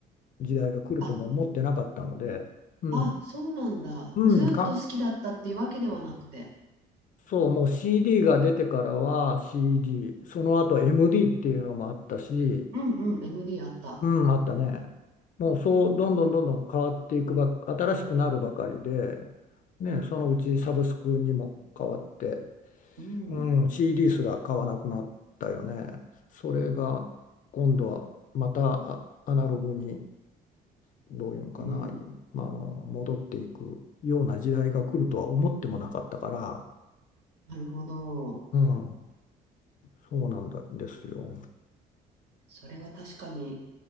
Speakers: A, on the left; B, on the right.
A: 時代が来るとも思ってなかったので、
B: あ、
A: うん。
B: あ、そうなんだ。
A: うん、
B: ずーっと好きだったっていうわけではなくて。
A: か、そう、もう CD が出てからは CD、その後 MD っていうのもあったし、
B: うんうん、MD あった。
A: うん、あったね。もうそう、どんどんどんどん変わっていくばっ、新しくなるばかりで、ね、そのうちサブスクにも変わって、
B: うん、
A: うん、CD すら買わなくなったよね。それが今度はまたあアナログにどういうんかな、
B: うん。
A: まあ、あの戻っていくような時代が来るとは思ってもなかったから、
B: なるほど。
A: うん、そうなんだですよ。
B: それは確かに、